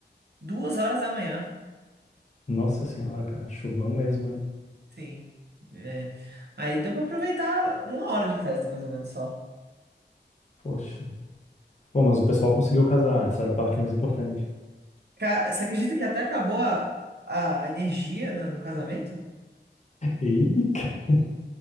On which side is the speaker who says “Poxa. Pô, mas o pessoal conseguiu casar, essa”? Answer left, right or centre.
Left